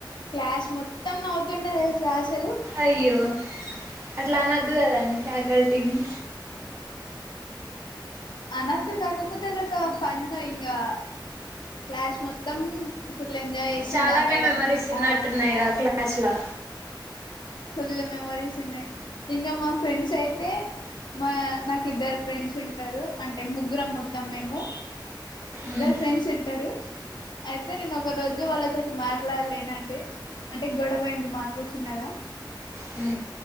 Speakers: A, on the left (about 65°); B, on the right (about 35°).
A: క్లాస్ మొత్తం నవ్వుతుండే తెలుసా అసలూ
B: అయ్యో అట్ల అనొద్దు కదండి ఫ్యాకల్టీని
A: అనద్దు కాకపోతే అదొకా ఫన్ను ఇంగా క్లాష్ మొత్తం ఫుల్ ఎంజాయ్ చేసిండు
B: చాలానే
A: ఆ మేడం
B: మెమరీస్ ఉన్నట్టున్నాయిగా
A: ఆ
B: క్లాస్ లో
A: ఫుల్లు మెమోరీస్ ఉన్నయ్ ఇంగ మా ఫ్రెండ్స్ అయితే మా నాకు ఇద్దరు ఫ్రెండ్స్ ఉంటరూ అంటే ముగ్గురం మొత్తం మేమూ ఇద్దరు
B: మ్మ్.
A: ఫ్రెండ్స్ ఉంటరూ అయితే నేను ఒక రోజు వాళ్ళతోటి మాట్లాడలేనండి. అంటే గొడవయింది మాకూ చిన్నగా
B: ఉ